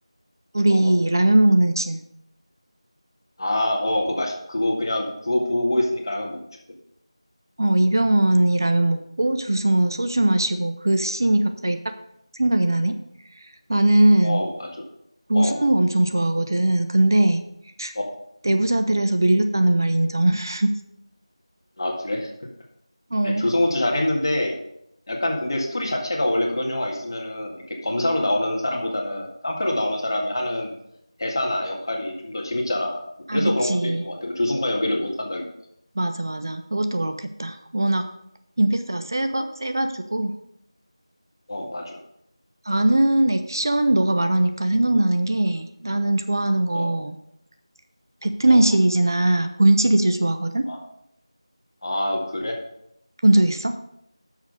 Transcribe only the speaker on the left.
어떤 거?
아, 어, 그거 맛있, 그거 그냥, 그거 보고 있으니까 라면 먹고 싶어.
어, 맞아.
어,
어,
아, 그래?
아니, 조승우도 잘했는데, 약간 근데 스토리 자체가 원래 그런 영화 있으면은 이렇게 검사로 나오는 사람보다는 깡패로 나오는 사람이 하는 대사나 역할이 좀 더 재밌잖아. 뭐
그래서
그런 것도 있는 것 같아. 뭐 조승과 연결을 못 한다기보다.
어, 맞아.
어,
어.
아, 아, 그래?